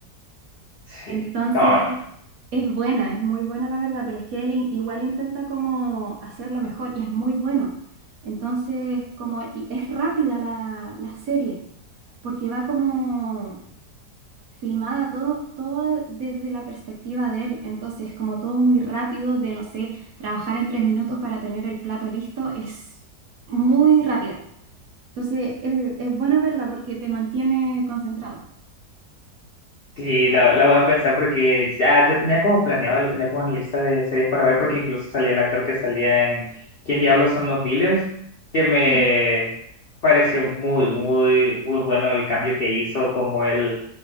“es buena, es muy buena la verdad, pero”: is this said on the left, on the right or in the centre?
Right